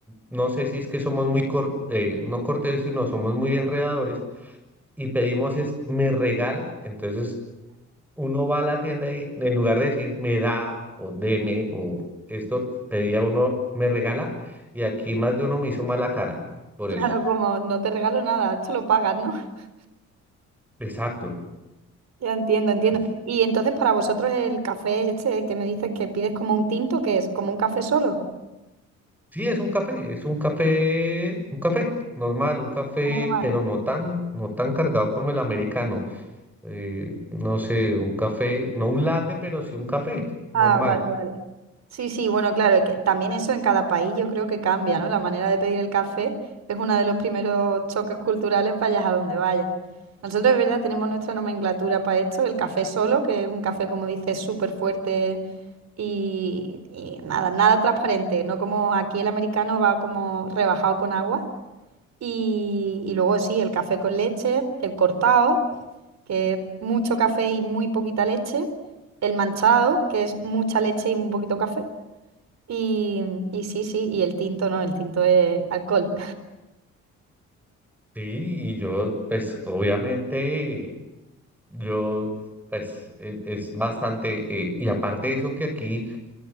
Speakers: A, in the centre; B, on the right.
A: no sé si es que somos muy cor- eh, no cortés, sino somos muy enredadores y pedimos es, me regala. Entonces uno va a la tienda y en lugar de decir me da o deme o esto, pedía uno me regala y aquí más de uno me hizo mala cara por
B: Claro,
A: eso.
B: como no te regalo nada, esto lo pagas, ¿no? <laughs>
A: Exacto.
B: Ya entiendo, entiendo.
A: Entonces,
B: Y entonces para vosotros el café este que me dices que pides como un tinto, ¿qué es? ¿Como un café solo?
A: sí, es un café, es un café, un café normal, un café,
B: Normal.
A: pero no tan, no tan cargado como el americano. Eh, no sé, un café, no un latte, pero sí un café normal.
B: Ah, vale, vale. Sí, sí, bueno, claro, que también eso en cada país yo creo que cambia, ¿no? La manera de pedir el café es uno de los primeros choques culturales, vayas a donde vayas. Nosotros, es verdad, tenemos nuestra nomenclatura para esto, el café solo, que es un café, como dices, súper fuerte y, y nada, nada transparente, no como aquí el americano va como rebajado con agua. Y, y luego sí, el café con leche, el cortado, que es mucho café y muy poquita leche, el manchado, que es mucha leche y un poquito café. Y, y sí, sí, y el tinto no, el tinto es alcohol.
A: Sí, y yo, pues obviamente Yo, pues, e- es, bastante, eh, y aparte de eso que aquí,